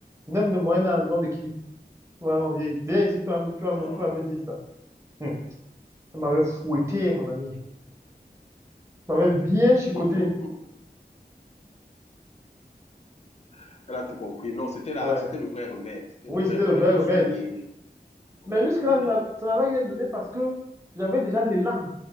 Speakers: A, on the right; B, on the left.
A: 9 de moyenne à la maison de qui? Tu vas envier. Viens ici, tu vas, me- tu vas,
B: ah
A: me- tu vas me dire ça. Hmm. Elle m'avait fouetté, mon ami. Elle m'avait bien chicoté.
B: Uhum. <laughs> Elle a tout compris. Non, c'était la,
A: Ouais.
B: c'était le vrai remède. C'était
A: Oui,
B: le vrai
A: c'était
B: remède
A: le vrai
B: pour
A: remède.
B: soigner. Oui,
A: Mais jusque-là, je n'a- ça n'avait rien donné parce que j'avais déjà l'élan